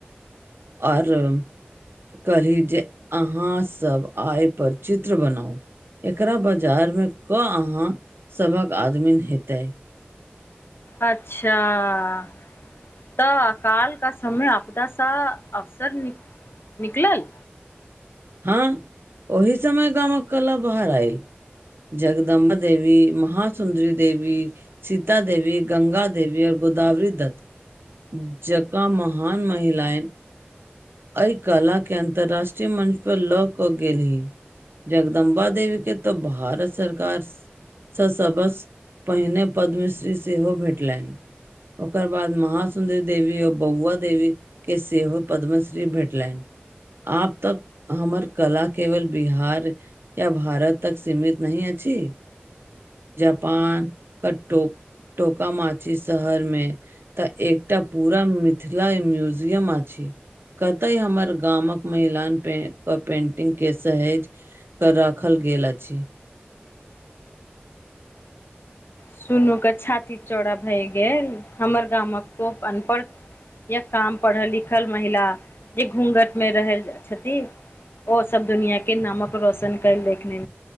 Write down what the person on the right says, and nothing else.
आओर कहलि जे अहाँसभ आइपर चित्र बनाउ एकरा बाजार मे कऽ अहाँ सभहक आदमीन हेतै
हँ ओहि समय गामक कला बाहर आइल जगदम्बा देवी महासुन्दरी देवी सीता देवी गंगा देवी और गोदावरी दत्त जँका महान महिलाइन एहि कला के अन्तर्राष्ट्रीय मंच पर लऽ कऽ गेलि जगदम्बा देवी के तऽ भारत सरकार सऽ सबसे पहिने पद्मश्री सेहो भेटलनि ओकर बाद महासुन्दरी देवी आऔर बौआ देवी के सेहो पद्मश्री भेटलैन आब तऽ- हमर कला केवल बिहार या भारत तक सीमित नहि अछि जापान कटुक टोकामाची शहरमे तऽ एकटा पूरा मिथिला म्यूजियम अछि कतय हमर गामक महिलाान पे के पेंटिंग के सहेज कर राखल गेल अछि